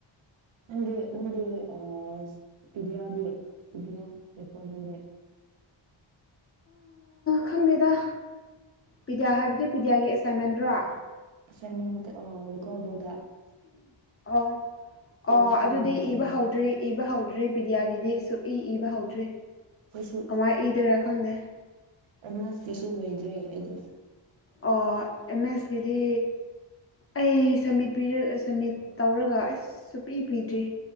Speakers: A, on the right; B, on the left.
A: ꯅꯪꯦꯗꯤ ꯑ ꯄꯤꯗꯤꯌꯥꯕꯨ ꯄꯤꯗꯤꯌꯥ ꯄꯦꯄꯕ <unintelligible>
B: ꯈꯪꯗꯦꯗ ꯄꯤꯗ꯭ꯌꯥ ꯍꯥꯏꯕꯗꯤ ꯄꯤꯗ꯭ꯌꯥꯒꯤ ꯑꯦꯁꯥꯏꯟꯃꯦꯟꯗ꯭ꯔꯣ
A: ꯁꯃ ꯃꯦ ꯑꯣ ꯑꯗꯨ ꯀꯕꯧꯗ <unintelligible>
B: ꯑ ꯑ
A: ꯄ꯭ꯂꯥꯟꯒꯨꯝꯕ
B: ꯑꯗꯨꯗꯤ
A: ꯏꯕꯗꯣ
B: ꯏꯕ ꯍꯧꯗ꯭ꯔꯤ ꯏꯕ ꯍꯧꯗ꯭ꯔꯤ ꯄꯤꯗꯤꯌꯥꯒꯤꯗꯤ ꯁꯨꯛ ꯏ ꯏꯕ ꯍꯧꯗ꯭ꯔꯤ
A: ꯑꯩꯈꯣꯏꯁꯨ
B: ꯀꯃꯥꯏꯅ ꯏꯗꯣꯏꯔꯥ ꯈꯪꯗꯦ
A: ꯑꯦꯗꯃꯥꯟꯁ ꯀꯩꯁꯨ ꯑꯣꯏꯗ꯭ꯔꯔꯤ ꯑꯩꯗꯤ
B: ꯑ‌ꯣ ꯑ‌ꯦꯃ‍ꯦꯁꯀꯤꯗꯤ ꯑꯩ ꯁꯃꯤꯠ ꯄꯤꯔ ꯁꯝꯃꯤꯠ ꯇꯧꯔꯒ ꯑꯁ ꯁꯨꯞꯄꯤ ꯄꯤꯗ꯭ꯔꯤ